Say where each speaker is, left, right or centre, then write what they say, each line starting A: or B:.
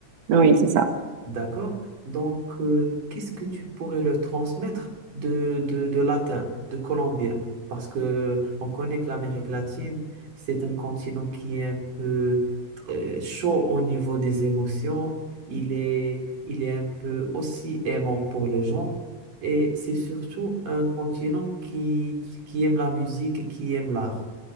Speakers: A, on the right (about 60°); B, on the right (about 85°).
A: Oui, c'est ça.
B: D'accord? Donc, euh, qu'est-ce que tu pourrais le transmettre de, de, de latin, de colombien? Parce que on connaît que l'Amérique latine, c'est un continent qui est un peu euh, chaud au niveau des émotions. Il est, il est un peu aussi aimant pour les gens. Et c'est surtout un continent qui, qui aime la musique et qui aime l'art.